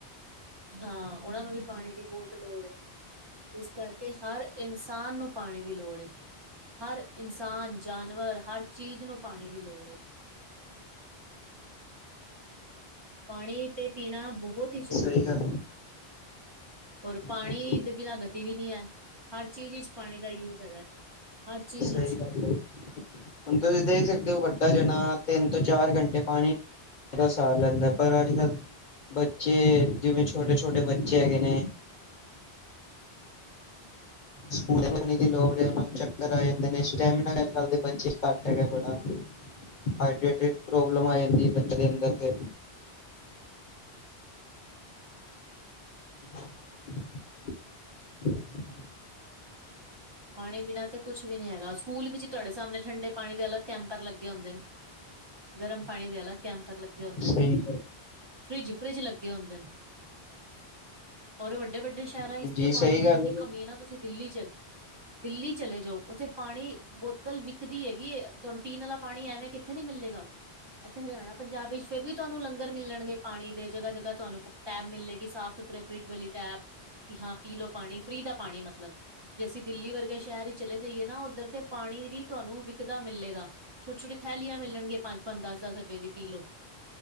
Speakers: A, on the right; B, on the left.
A: ਹਾਂ ਉਹਨਾਂ ਨੂੰ ਵੀ ਪਾਣੀ ਦੀ ਬਹੁਤ ਲੋੜ ਏ ਇਸ ਕਰਕੇ ਹਰ ਇਨਸਾਨ ਨੂੰ ਪਾਣੀ ਦੀ ਲੋੜ ਏ ਹਰ ਇਨਸਾਨ ਜਾਨਵਰ ਹਰ ਚੀਜ਼ ਨੂੰ ਪਾਣੀ ਦੀ ਲੋੜ ਏ ਪਾਣੀ ਤੇ ਪੀਣਾ ਬਹੁਤ ਹੀ ਜ਼ਰੂਰੀ
B: ਸਹੀ ਗੱਲ
A: ਹੈ। ਪਰ ਪਾਣੀ
B: ਹਾਂਜੀ
A: ਦੇ ਬਿਨਾ ਗਤੀ ਵੀ ਨਹੀਂ ਹੈ ਹਰ ਚੀਜ਼ ਪਾਣੀ ਚ ਯੂਜ ਹੈਗਾ ਹਰ ਚੀਜ਼
B: ਸਹੀ
A: ਵਿੱਚ
B: ਗੱਲ ਹੈ ਹੁਣ ਤੁਸੀਂ ਦੇਖ ਸਕਦੇ ਹੋ ਵੱਡਾ ਜਣਾ ਤਿੰਨ ਤੋਂ ਚਾਰ ਘੰਟੇ ਪਾਣੀ ਕਿਹੜਾ ਸਾਰ ਲੈਂਦਾ ਪਰ ਅੱਜ ਕੱਲ ਬੱਚੇ ਜਿਵੇਂ ਛੋਟੇ ਛੋਟੇ ਬੱਚੇ ਹੈਗੇ ਨੇ ਸਕੂਲੇ ਹਜਮੀ ਦੀ ਲੋੜ ਹੈ ਉਹ ਨੂੰ ਚੱਕਰ ਆ ਜਾਂਦੇ ਨੇ ਸਟੈਮੀਨਾ ਅੱਜ ਕੱਲ ਦੇ ਬੱਚੇ ਘੱਟ ਹੈਗਾ ਬੜਾ ਹਾਈਡਟ ਪ੍ਰੋਬਲਮ ਆ ਜਾਂਦੀ ਬੱਚੇ ਦੇ ਅੰਦਰ ਫਿਰ <inaudible>
A: ਪਾਣੀ ਬਿਨਾਂ ਤੇ ਕੁਛ ਵੀ ਨੀ ਹੈਗਾ ਸਕੂਲ ਵਿੱਚ ਤੁਹਾਡੇ ਸਾਹਮਣੇ ਠੰਡੇ ਪਾਣੀ ਦੇ ਅਲੱਗ ਕੈਂਪਰ ਲੱਗੇ ਹੁੰਦੇ ਨੇ ਗਰਮ ਪਾਣੀ ਦੇ ਅਲਗ ਕੈਂਪਰ ਲੱਗੇ ਹੁੰਦੇ ਨੇ
B: ਸਹੀ
A: ਫਰਿੱਜ ਫਰਿੱਜ ਲੱਗੇ ਹੁੰਦੇ ਨੇ ਔਰ ਇਹ ਵੱਡੇ ਵੱਡੇ ਸ਼ਹਿਰਾਂ
B: ਗੱਲ
A: ਇਸ
B: ਜੀ
A: ਤੇ ਪਾਣੀ
B: ਸਹੀ
A: ਦੀ
B: ਗੱਲ
A: ਇੰਨੀ ਕਮੀ ਹੈ ਨਾ ਤੁਸੀਂ ਦਿੱਲੀ ਚਲ ਦਿੱਲੀ ਚਲੇ ਜਾਓ ਉੱਥੇ ਪਾਣੀ ਬੋਤਲ ਵਿਕਦੀ ਹੈਗੀ ਤੁਹਾਨੂੰ ਪੀਣ ਵਾਲਾ ਪਾਣੀ ਐਵੇਂ ਕਿੱਥੇ ਨੀ ਮਿਲੇਗਾ ਐਥੇ ਹਰਿਆਣਾ ਪੰਜਾਬ ਵਿੱਚ ਫਿਰ ਵੀ ਤੁਹਾਨੂੰ ਲੰਗਰ ਮਿਲਣਗੇ ਪਾਣੀ ਦੇ ਜਗ੍ਹਾ ਜਗ੍ਹਾ ਤੁਹਾਨੂੰ ਟੈਬ ਮਿਲੇਗੀ ਸਾਫ਼ ਸੁਥਰੇ ਫਰਿਜ ਵਾਲੀ ਟੈਬ ਕਿ ਹਾਂ ਪੀ ਲੋਓ ਪਾਣੀ ਫਰੀ ਦਾ ਪਾਣੀ ਮਤਲਬ ਜੇ ਅਸੀਂ ਦਿੱਲੀ ਵਰਗੇ ਸ਼ਹਿਰ ਹੀ ਚਲੇ ਜਾਈਏ ਨਾ ਉੱਧਰ ਤੇ ਪਾਣੀ ਵੀ ਤੁਹਾਨੂੰ ਵਿਕਦਾ ਮਿਲੇਗਾ ਛੋਟੀ ਛੋਟੀ ਥਲੀਆਂ ਮਿਲਣਗੀਆਂ ਪੰਜ ਦਸ ਦਸ ਰੁਪਏ ਦੀ ਪੀ ਲਓ